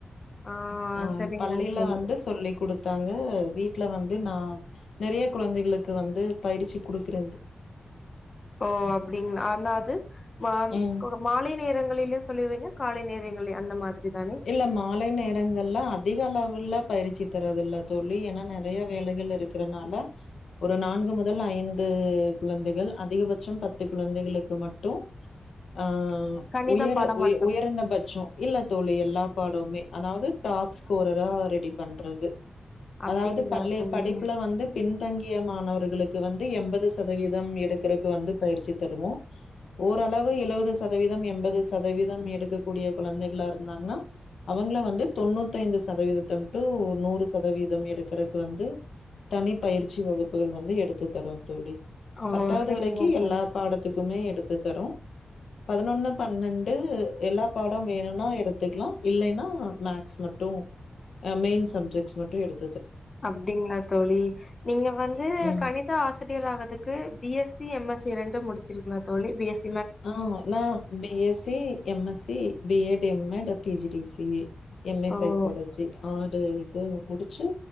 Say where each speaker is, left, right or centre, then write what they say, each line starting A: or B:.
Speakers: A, on the left; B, on the left.
A: ஆ
B: ஆஹ்
A: சரிங்க
B: பள்ளியில
A: தோழி
B: வந்து சொல்லி கொடுத்து ங்க வீட்டுல வந்து நா நெறைய குழந்தைகளுக்கு வந்து பயிற்சி கொடுக்குற
A: ஓ அப்டிங்களா அந்தாது மா
B: ம்
A: மாலை நேரங்களிலு சொல்லுவீங்க காலை நேரங்களே அந்த மாதிரி தானே
B: இல்ல மாலை நேரங்கள்ல அதிக அளவுல பயிற்சி தரதில்ல தோழி ஏன்னா நெறைய வேலைகள் இருக்கிறனால ஒரு நான்கு முதல் ஐந்து குழந்தைகள் அதிகபட்சம் பத்து குழந்தைகளுக்கு மட்டும் ஆஹ்
A: கணிதம்
B: உயர
A: பாடம்
B: உயர்
A: மட்டும்
B: உயர்ந்த பட்சம் இல்ல தோ எல்லா பாடவுமே அதாவது டாப் ஸ்கோரரா ரெடி பண்றது
A: அப்டிங்களா
B: அதாவது பள்ளி
A: தோழி
B: படிப்புல வந்து பின் தங்கிய மாணவர்களுக்கு வந்து எண்பது சதவீதம் எடுக்கிறதுக்கு வந்து பயிற்சி தருவோ ஓரளவு எழபது சதவீதம் எண்பது சதவீதம் எடுக்கக்கூடிய குழந்தைகளா இருந்தாங்கன்னா அவங்கள வந்து தொண்ணூத்தி ஐந்து சதவீதம் டு நூறு சதவீதம் எடுக்கறக்கு வந்து தனி பயிற்சி வகுப்புகள் வந்து எடுத்து தரு தோழி
A: ஓ
B: பத்தாவது
A: சரிங்க
B: வரைக்கி
A: தோழி
B: எல்லா பாடத்துக்குமே எடுத் பத்து தர்றோ பதுனொன்னு பன்னெண்டு எல் படொ வேணுனா எடுத்துக்லா இல்லேனா மேக்ஸ் மட்டும் அ மெயின் சப்ஜெக்ட்ஸ் மட்டும் எடுத்
A: அப்டிங்களா தோழி நீங்க வந்து
B: ம்
A: கணித ஆசிரியர் ஆகறதுக்கு B S C M S C இரண்டும் முடித்தீர்களா தோழி பிஎஸ்சி
B: ஆஹ் நா B S C M S C B Ed M Ed ஆ P G D C A M A
A: ஓ
B: சைக்காலஜி ஆறு நீங்க முடிச்சு